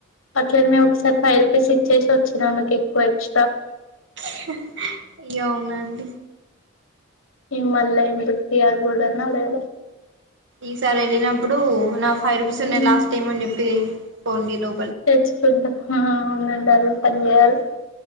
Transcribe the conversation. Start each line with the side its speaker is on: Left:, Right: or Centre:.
Left: అట్లనే ఒకసారి ఫైవ్ రూపీస్ ఇచ్చేసి వచ్చినామ్ మీకు ఎక్కువ ఎక్స్ట్రాగా
Right: హా హ్మ్మ్ అవునండి
Left: నేను ఈ మల్ల ఎందుకు తీ అని అది కూడా అని అడగలే
Right: ఈసారి వెళ్ళినప్పుడు నాఫ్రెం ఫైవ్ రూపీస్ ఉన్నాయి
Left: ఉమ్
Right: లాస్ట్ టైం అని చెప్పి కొన్ని లో
Left: తెచ్చుకుంటా యాడ ఉండాయో పని చేయాలి